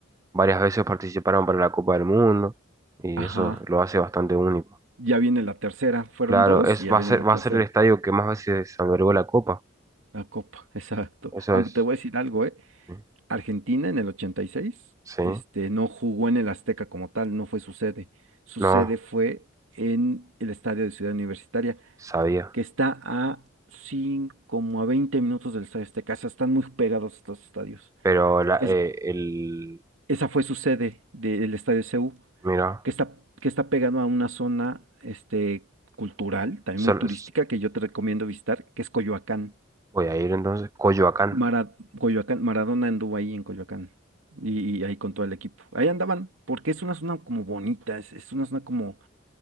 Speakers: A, on the right (about 15°); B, on the right (about 85°).
A: varias veces participaron para la Copa del Mundo y
B: Ajá.
A: eso lo hace bastante único.
B: Ya viene la tercera. Fueron
A: Claro,
B: dos
A: es,
B: y ya
A: va
B: viene
A: a ser,
B: la
A: va
B: tercera.
A: a ser el estadio que más veces albergó la Copa.
B: La Copa, <laughs> exacto.
A: Eso
B: Aunque
A: es,
B: te voy a decir algo, ¿eh?
A: sí,
B: Argentina en el 86,
A: sí.
B: este, no jugó en el Azteca como tal, no fue su sede. Su
A: no,
B: sede fue en el estadio de Ciudad Universitaria,
A: sabía.
B: que está a 5, como a 20 minutos del estadio Azteca. O sea, están muy pegados estos estadios.
A: Pero la,
B: Es,
A: eh, el,
B: Esa fue su sede de- del Estadio CU,
A: mira.
B: que está, que está pegado a una zona este, cultural, también
A: Solo,
B: muy turística, que yo te recomiendo visitar, que es Coyoacán.
A: Voy a ir entonces. Coyoacán.
B: Mara- Coyoacán, Maradona anduvo ahí en Coyoacán y, y ahí con todo el equipo. Ahí andaban, porque es una zona como bonita, es, es una zona como